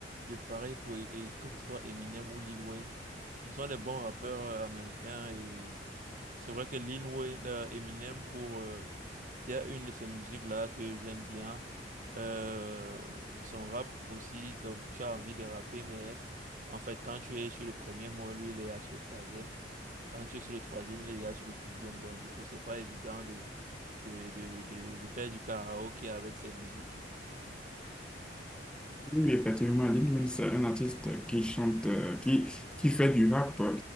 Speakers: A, on the right (about 45°); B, in the centre.
A: De pareil pour, et que ce soit Eminem ou Lil Wayne. Ils sont des bons rappeurs euh, américains et c'est vrai que Lil Wayne, euh, Eminem pour, euh, il y a une de ses musiques là que j'aime bien. Euh, et son rap aussi, donc tu as envie de rapper, mais en fait, quand tu es sur le premier mot, lui, il est là sur le troisième. Quand tu es sur le troisième, il est là sur le dixième. Donc, du coup, c'est pas évident de, de, de, de faire du karaoké avec ses musiques.
B: Oui, effectivement, Lil Wayne, c'est un artiste qui chante, euh, qui, qui fait du rap.